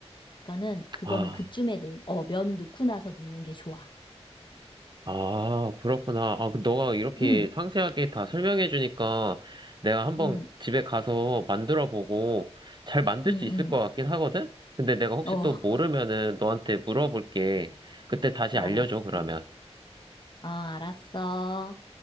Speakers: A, on the left; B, on the right.
A: 그러니까는 그거는
B: 아,
A: 그쯤에 넣, 어, 면 넣고 나서 넣는 게 좋아.
B: 아, 그렇구나. 아, 그 너가 이렇게
A: 응,
B: 상세하게 다 설명해 주니까 내가 한번
A: 응,
B: 집에 가서 만들어 보고 잘 만들
A: 응,
B: 수 있을
A: 응.
B: 것 같긴 하거든? 근데 내가 혹시
A: 어,
B: 또 모르면은
A: <laughs>
B: 너한테 물어볼게. 그때 다시
A: 알았어.
B: 알려줘, 그러면.
A: 어, 알았어.